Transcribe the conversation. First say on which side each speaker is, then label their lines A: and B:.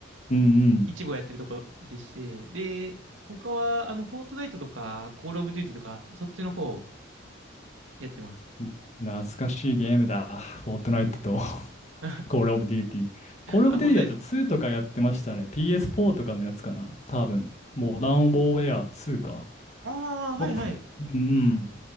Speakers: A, on the left (about 35°); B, on the right (about 75°).
A: うん
B: 一部をやってるとこでして、で、他は、あの、フォートナイトとか、コールオブデューティとか、そっちの方をやってます。
A: うん。懐かしいゲームだ。フォートナイトと <laughs>
B: <laughs>
A: コールオブデューティー。<laughs> コールオブデューティーだったら2とかやってましたね。
B: あ、本当ですか
A: PS4 とかのやつかな。多分。モダンウォーウェア2か。
B: ああー、
A: 僕、
B: はいはい。
A: うんうん。